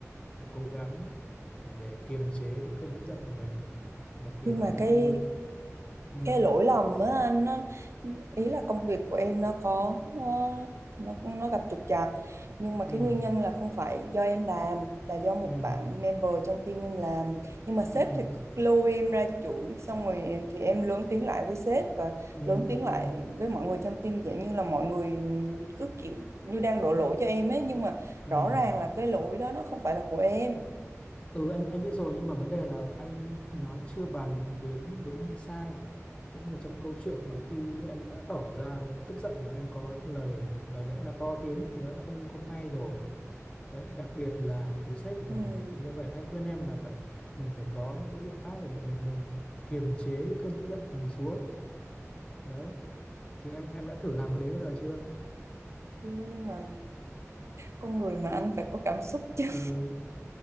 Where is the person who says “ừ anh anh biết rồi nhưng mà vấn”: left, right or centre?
Left